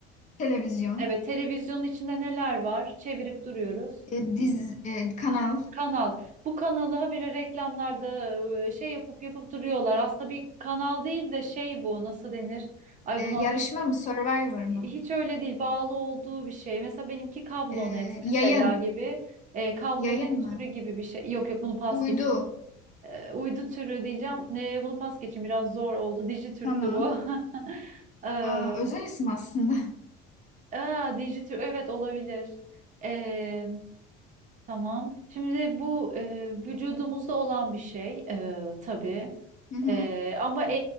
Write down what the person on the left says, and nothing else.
Televizyon,
e, diz, e, kanal,
e,
yarışma mı, Survivor mı?
E, yayın,
yayın
mı?
Uydu.
Tamam.
Aa, özel isim aslında.
Hı hı.